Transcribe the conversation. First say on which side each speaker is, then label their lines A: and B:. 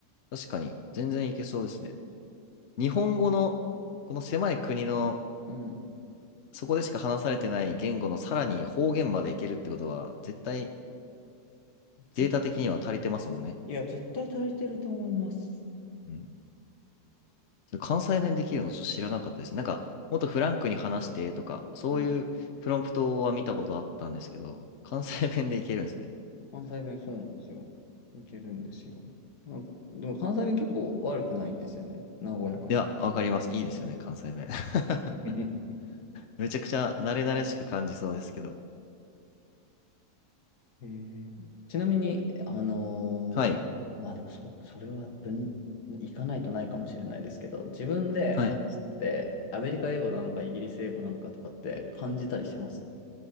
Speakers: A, on the left; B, on the left.
A: 確かに、全然いけそうですね。日本語のこの狭い国の
B: うん。
A: そこでしか話されてない言語のさらに方言までいけるってことは絶対
B: ぜ、
A: データ的には足りてますもんね。
B: いや、絶対足りてると思います。
A: うんそれ関西弁できるのちょっと知らなかったです。なんかもっとフランクに話してとかそういうプロンプトは見たことあったんですけど関西弁でいけるんですね。
B: うん。関西弁そうなんですよ。いけるんですよ。うんでも関西弁結構悪くないんですよね。和やかに。
A: いや、わかります。いいですよね、
B: うん。
A: 関西弁。<laughs>
B: <laughs>
A: めちゃくちゃ慣れ慣れしく感じそうですけど。
B: えーうんちなみに、あのーまあでもそ、
A: はい。
B: それは分、行かないとないかもしれないですけど、自分で話してて、
A: はい。
B: アメリカ英語なのかイギリス英語なのかとかって感じたりします